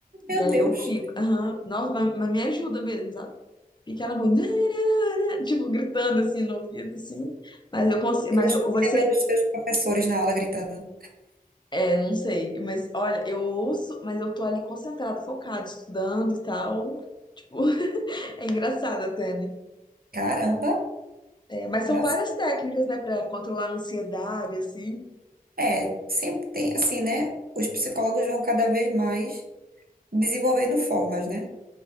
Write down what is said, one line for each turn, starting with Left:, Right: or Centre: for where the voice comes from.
Left: E
Right: meu
Left: aí
Right: Deus.
Left: eu fico, aham, nossa, mas, mas me ajuda mesmo, sabe? Fica ela muito, <laughs> tipo, gritando assim no ouvido, assim. Mas eu consigo, mas
Right: Eu acho
Left: eu-
Right: que
Left: você
Right: lembrei dos seus professores na aula gritando.
Left: É, não sei, mas olha, eu ouço, mas eu tô ali concentrada, focada, estudando e tal. Tipo, <laughs> é engraçado até, né?
Right: Caramba,
Left: É, mas são
Right: arrasou.
Left: várias técnicas, né, pra controlar a ansiedade, assim.
Right: É, sempre tem assim, né? Os psicólogos vão cada vez mais desenvolvendo formas, né?